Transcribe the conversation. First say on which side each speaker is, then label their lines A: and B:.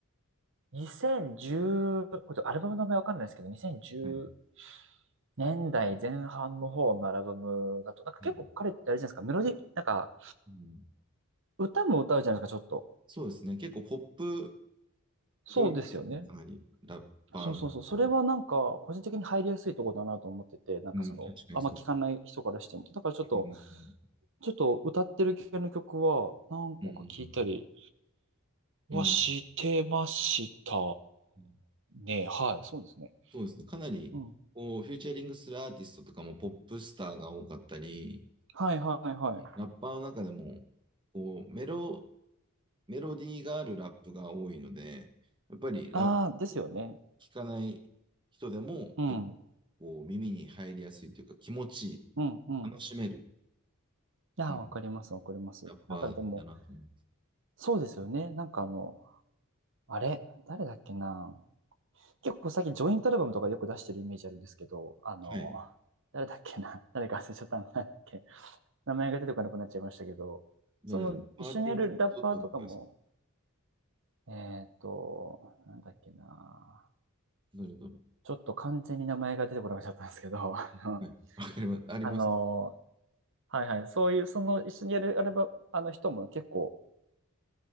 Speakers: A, on the right; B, on the right.
A: う。2010、これアルバムの名前わかんないですけど、2010年
B: はい。
A: 代前半の方のアルバムだと、なんか結構彼ってあれじゃないですか、
B: はい。
A: メロディ、なんか
B: うん。
A: 歌も歌うじゃないですか、ちょっと。
B: そうですね。結構ポップ
A: そうですよね。
B: 寄りですね。かなり、ラッパーの。
A: そうそうそう。それはなんか、
B: うん、
A: 個人的に入りやすいところだなと思ってて、なんかその、
B: うん確かにそう。
A: あんま聞かない人からしても。だからちょっと、
B: うん
A: ちょっと歌ってる系の曲は何個か聞いたり
B: うん、
A: はしてました
B: うん、うん
A: ね。はい、そうですね。
B: そうですね。かなり、
A: うん。
B: こう、フューチャリングするアーティストとかもポップスターが多かったり、
A: はいはいはい。
B: ラッパーの中でも、こう、メロ、メロディーがあるラップが多いので、やっぱりラップ
A: ああ、ですよね。
B: 聞かない人でも、
A: うん。
B: やっぱこう、耳に入りやすいというか、気持ちいい、
A: うんうん。
B: 楽しめる、
A: いやー、
B: うん、
A: わかります、わかります。
B: ラッパーだなと思いま
A: なんかでも、そうですよね。なんかあの、あれ、誰だっけな。結構最近ジョイントアルバムとかよく出してるイメージあるんですけど、あの、
B: す。はい。
A: 誰だっけな。誰か忘れちゃったんだっけ。名前が出てこなくなっちゃいましたけど、
B: 誰だパーティーネットとかですか
A: その、一緒にやるラッパーとかも、えっと、なんだっけな。
B: 誰だろ
A: ちょっと完全に名前が出てこなくなっちゃったんですけど、<laughs> あの、
B: うはい。わかります。あります。
A: あのはいはい、そういう、その一緒にやる、あれば、あの人も結構、